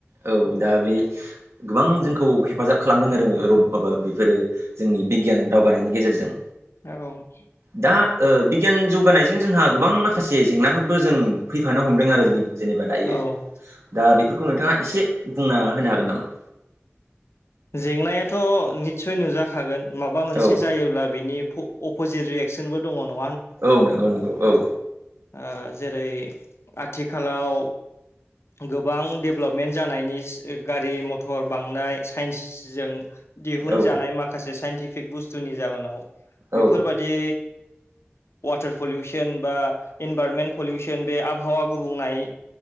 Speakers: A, on the right (about 75°); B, on the left (about 70°).
A: औ दा बे गोबां जोंखौ हेफाजाब खालामदों आरो रब माबा बेफोरो जोंनि बिगियान दावगानायनि गेजेरजों
B: औ
A: दा ओ बिगियान जौगानायजों जोंहा गोबां माखासे जेंनाफोरबो जों फैफानो हमदों आरो जेनेबा दायो
B: औ
A: दा बेफोरखौ नोंथाङा एसे बुंना होनो हागोन नामा।
B: जेंनायाथ' निस्सय नुजाखागोन माबा मोनसे
A: औ
B: जायोब्ला बिनि फ' फ' पजि रियेक्सनबो दङ न'
A: औ नंगौ नंगौ औ।
B: ओ जेरै आथिखालाव गोबां डेभलपमेन्ट जानायनि गारि मथर बांनाय साइन्सजों दिहुनजानाय
A: औ
B: माखासे साइन्टिफिक बुस्थुनि जाउोनाव बेफोरबादि
A: औ
B: वाटार पलिउसन बा इनभारमेन्ट पलिउसन बे आबहावा गुबुंनाय